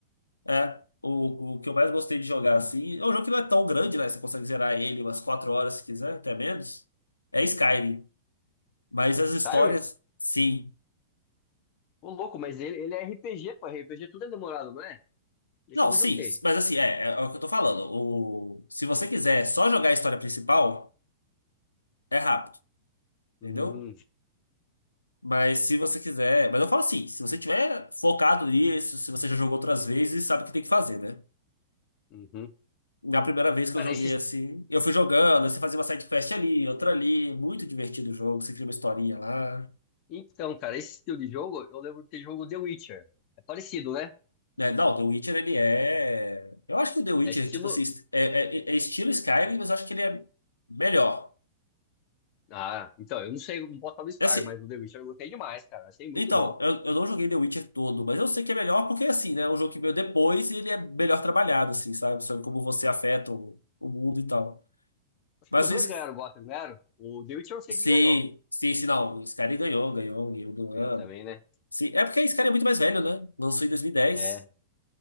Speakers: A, on the left; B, on the left.
A: é, o, o que eu mais gostei de jogar assim. É um jogo que não é tão grande, né? Você consegue zerar ele umas 4 horas se quiser, até menos. É Skyrim. Mas as
B: Skyrim?
A: histórias, sim.
B: Ô, louco, mas ele, ele é RPG, pô. RPG tudo é demorado, não é? Isso
A: Não,
B: eu
A: sim,
B: não joguei.
A: mas assim, é, é é o que eu tô falando. O, se você quiser só jogar a história principal, é rápido,
B: Uhum,
A: entendeu? Mas se você quiser. Mas eu falo assim, se você tiver focado nisso, se você já jogou outras vezes, sabe o que tem que fazer, né?
B: uhum.
A: Na primeira vez que
B: Cara,
A: eu joguei
B: esse...
A: assim, eu fui jogando, aí você fazia uma side quest ali, outra ali, muito divertido o jogo, você cria uma historinha lá.
B: Então, cara, esse estilo de jogo, eu lembro de ter jogo The Witcher. É parecido, né?
A: né? Não, The Witcher ele é. Eu acho que o The Witcher,
B: É estilo...
A: tipo assim, é, é- é estilo Skyrim, mas eu acho que ele é melhor.
B: Ah, então, eu não sei, não posso falar do Skyrim,
A: Assim,
B: mas o The Witcher eu gostei demais, cara. Achei muito
A: Então,
B: bom.
A: eu, eu não joguei The Witcher todo, mas eu sei que é melhor porque, assim, né? É um jogo que veio depois e ele é melhor trabalhado, assim, sabe? Sobre como você afeta o, o mundo e tal.
B: Acho
A: Mas
B: que os
A: o
B: dois
A: Sc-
B: ganharam o Gotham, não ganharam? O The Witcher eu sei
A: sim,
B: que ganhou.
A: sim, sim, não. O Skyrim ganhou, ganhou, ganhou do ano.
B: Ganhou também, né?
A: Sim, é porque o Skyrim é muito mais velho, né? Lançou em 2010
B: É,